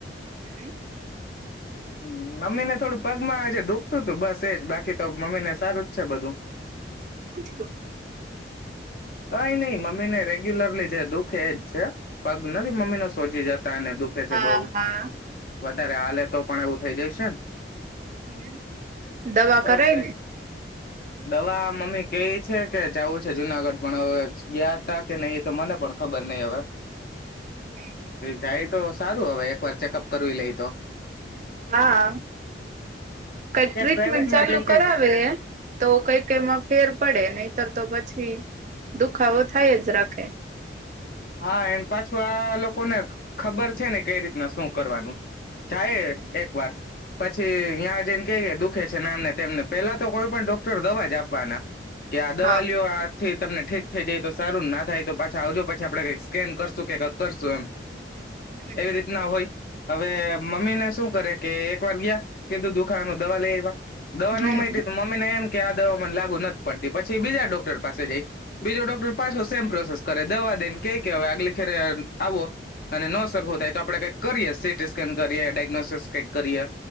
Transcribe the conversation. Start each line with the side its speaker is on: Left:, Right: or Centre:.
Right: હમ.
Left: હમ મમ્મીને તો થોડું પગમાં આજે દુખતુંતું બસ એજ બાકી તો મમ્મીને સારું જ છે બધું.
Right: પૂછીલો.
Left: કઈ ની મમ્મીને રેગ્યુલરલી જે દુઃખે એજ છે, હ પગ નથી મમ્મીને સોજી જતો તને દુઃખે છે
Right: હા
Left: બહુ.
Right: હા
Left: વધારે હાલે તો પણ એવું થઈ જઈશે ને.
Right: કેમ? દવા
Left: બસ
Right: કરાય
Left: એજ
Right: ને.
Left: દવા મમ્મી કેઈ છે કે જવું છે જુનાગઢ પણ હવે ગયા ત કે નહી તો મને પણ ખબર નહી હવે.
Right: <unintelligible>
Left: જાય તો સારું હવે એક વાર ચેકઅપ કરવી લઈ તો.
Right: હા, કાંઈક
Left: ક્યાંક
Right: ટ્રીટમેન્ટ
Left: પ્રાાઈવેટમાં
Right: ચાલુ
Left: જઈને કઈક
Right: કરાવે, તો કઈકમાં ફેર પડે નહીતર તો પછી દુખાવો થાય જ રાખે.
Left: હા એને પાછું આ લોકોને ખબર છે ને કઈ રીતના શું કરવાનું? જાય
Right: હમ
Left: એક વાર પછી
Right: હમ
Left: ન્યાં જેને કે દુખ છેમને તેમને પેલા તો કોઈ પણ ડોક્ટર દવા જ આપવાના. કે આ દવા
Right: હા
Left: લીઓ આ થી તમને ઠીક થઈ જાય તો સારું ના થાય તો પાછા આવજો પછી પ આપણે કઈ સ્કેન કરશું કે કરશું એમ.
Right: હમ
Left: એવી રીતના હોય. હવે મમ્મી ને શું કરે કે એક વાર ગયા, કીધું દુખાવાનું દવા લઈવા દવા
Right: હમ
Left: ન મળતી મમ્મી ને એમ કે આ દવા લાગુ નથી પડતી પછી બીજા ડોક્ટર પાસે જઈ, બીજો ડોક્ટર પાછો સેમ પ્રોસેસ કરે દવા દે ક હવે આગલી ખેરે આવો, અને ન સરખો થાય તો આપડે કઈક કરીએ સીટી સ્કેન કરીએ ડાયગ્નોસસ કઈક કરીએ.